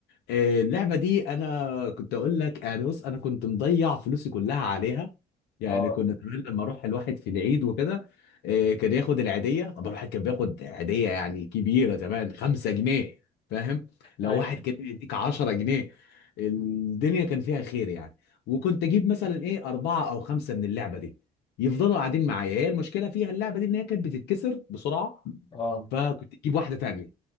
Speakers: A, on the left (about 80°); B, on the left (about 30°).
A: آه، اللعبة دي أنا كنت أقول لك يعني بص أنا كنت مضيع فلوسي كلها عليها يعني
B: آه،
A: كنا زمان لما أروح الواحد في العيد وكده آه، كان ياخد العيدية طبعا الواحد كان بياخد عيدية يعني كبيرة زمان 5 جنيه فاهم لو
B: ايوه
A: واحد كان يديك 10 جنيه الدنيا كان فيها خير يعني وكنت أجيب مثلا إيه أربعة أو خمسة من اللعبة دي يفضلوا قاعدين معايا هي المشكلة فيها اللعبة دي إن هي كانت بتتكسر بسرعة
B: اه
A: فكنت تجيب واحدة تانية